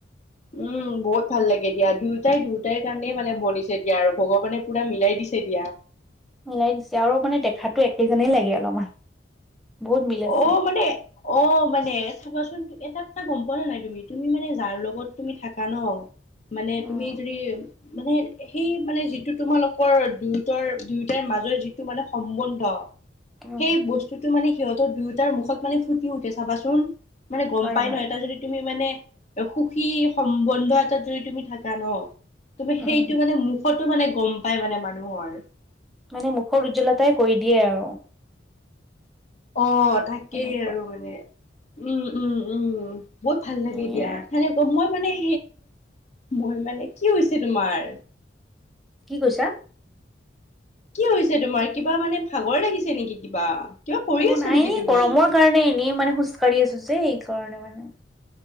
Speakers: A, on the left; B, in the centre.
A: উম বহুত ভাল লাগে দিয়া দুয়োটাই দুয়োটাই কাৰণে মানে বনিছে দিয়া আৰু ভগৱানে পুৰা মিলাই দি চৰিয়া
B: মিলাই দিছে আৰু মানে দেখাতো একেজই লাগে অলপমান বহুত মিল আছে
A: অ মানে অ মানে থাবাচোন এটা কথা গম প নে নাই তুমি তুমি মানে যাৰ লগত তুমি থাকা ন মানে
B: উম
A: তুমি যদি মানে সেই মানে যিটো তোমালোকৰ দুয়োটাৰ দুয়োটাই মাজৰ যিটো মানে সম্বন্ধ
B: উম
A: সেই বস্তুটো মানে সিহঁতৰ দুয়োটাৰ মুখত মানে ফুটি উঠে চাবাচোন মানে গম
B: হয়
A: পাই
B: হয়
A: ন এটা যদি তুমি মানে সুখী সম্বন্ধ এটা তুমি থাকা ন তুমি
B: উম
A: সেইটো মানে মুখতো মানে গম পাই মানে মানুহৰ
B: মানে মুখৰ উজ্জ্বলতাই কৰি দিয়ে আৰু
A: অ তাকেই
B: এনেকুৱা
A: আৰু মানে উম উম উম বহুত ভাল
B: সেয়াই
A: লাগে এ দিয়া
B: আৰু
A: সেনেকা মই মানে মোৰ মানে কি হৈছে তোমাৰ
B: কি কৈছা
A: কি হৈছে তোমাৰ কিবা মানে ভাগৰ লাগিছে নেকি কিবা কিবা কৰি
B: অ
A: আছা
B: নাই
A: নেকি
B: এনে
A: তুমি
B: গৰমৰ কাৰণে এনেই মানে খোজকাঢ়ি আছো যে এইকাৰণে মানে